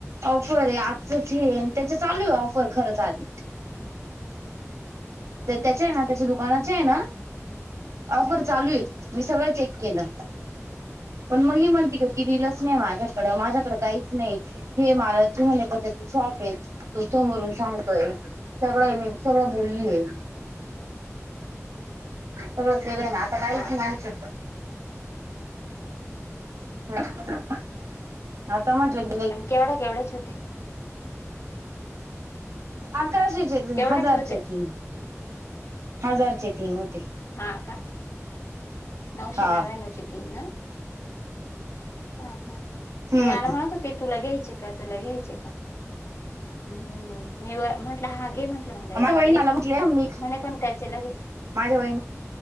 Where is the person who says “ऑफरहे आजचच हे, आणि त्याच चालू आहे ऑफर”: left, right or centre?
Right